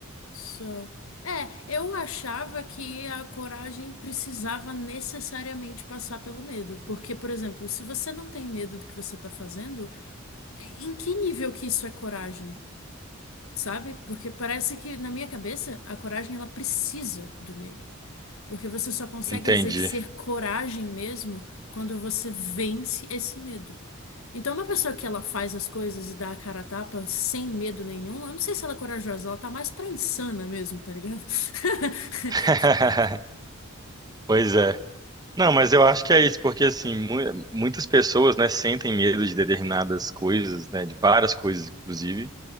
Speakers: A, on the left (about 75°); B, on the right (about 20°).
A: Só. É, eu achava que a coragem precisava necessariamente passar pelo medo. Porque, por exemplo, se você não tem medo do que você está fazendo, Em que nível que isso é coragem, sabe? Porque parece que, na minha cabeça, a coragem ela precisa do medo. Porque você só consegue
B: Entendi.
A: exercer coragem mesmo quando você vence esse medo. Então, uma pessoa que ela faz as coisas e dá a cara a tapa sem medo nenhum, eu não sei se ela é corajosa, ela tá mais pra insana mesmo, tá ligado? <laughs>
B: <laughs> Pois é. Não, mas eu acho que é isso, porque assim, mu- muitas pessoas, né, sentem medo de determinadas coisas, né, de várias coisas, inclusive,